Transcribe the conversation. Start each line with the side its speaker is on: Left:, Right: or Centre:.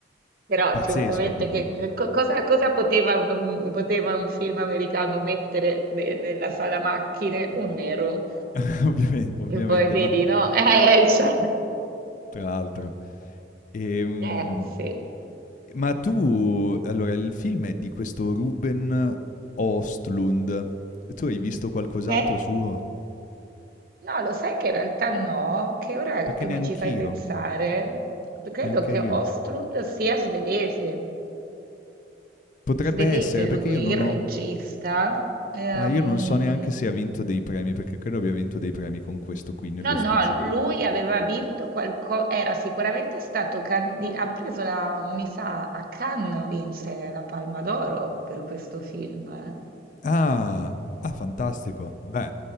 Right: Però
Left: Pazzesco
Right: giustamente
Left: comunque,
Right: che, che co- cosa, cosa poteva un, un- poteva un film americano mettere ne- nella sala macchine? Un nero.
Left: <laughs> ovviamen ovviamente,
Right: E poi vedi,
Left: ma
Right: no? <laughs> Eh, cioè.
Left: tra l'altro. Ehm,
Right: Eh, sì.
Left: ma tu allora il film è di questo Ruben Östlund. Tu hai visto qualcos'altro
Right: Eh,
Left: suo?
Right: No, lo sai che in realtà no, che ora
Left: Perché
Right: che
Left: neanch'io,
Right: mi ci fai pensare, credo
Left: neanche
Right: che
Left: io.
Right: Ostrud sia svedese.
Left: Potrebbe
Right: Svedese
Left: essere,
Right: lui,
Left: perché io non
Right: il regista.
Left: ho
Right: Ehm,
Left: Ah, io non so neanche se ha vinto dei premi, perché credo abbia vinto dei premi con questo qui nello
Right: No, no,
Left: specifico.
Right: lui aveva vinto qualcosa, era sicuramente stato, candi- ha preso la, mi sa, a Cannes vinse la Palma d'Oro per questo film. eh.
Left: Ah, ah, fantastico. Beh,